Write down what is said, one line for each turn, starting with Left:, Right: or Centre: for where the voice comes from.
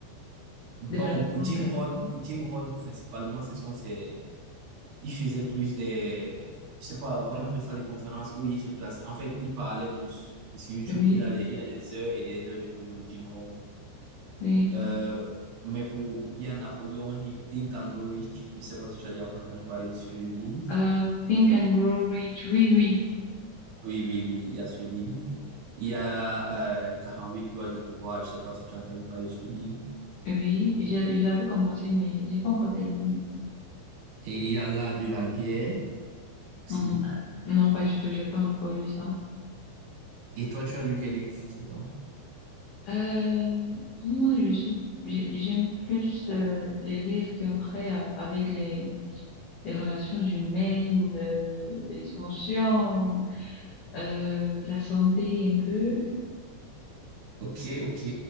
Right: Bon,
Left: développement
Right: pour Jim
Left: personnel?
Right: Rohn, pour Jim Rohn, principalement, ce sont ces, il faisait plus des, je sais pas, on appelle ça des conférences où il se plaçait. En fait, il parlait plus. C'est Sur YouTube,
Left: Oui,
Right: il a des, il y a des heures et des heures de vidéos de Jim Rohn.
Left: oui.
Right: Euh, mais pour, il y a Napoleon Hill, Think and Grow Rich. Je sais pas si tu as déjà entendu parler de ce livre.
Left: Euh, Think and Grow Rich. Oui, oui,
Right: Oui, oui, oui, il y a ce livre. Il y a, euh, les 48 lois du pouvoir. Je sais pas si tu as entendu parler de ce livre.
Left: oui. Je, je l'avais commencé, mais j'ai pas encore terminé.
Right: Et il y a là de la guerre, si.
Left: Hum, Non, pas du tout. J'ai pas encore lu ça.
Right: Et toi, tu as lu quel livre? Je sais pas.
Left: Euh, moi, je suis, j'ai- j'aime plus euh, les livres qui ont trait à- avec les, les relations humaines, euh, les émotions. euh, la santé un peu.
Right: Ok, ok.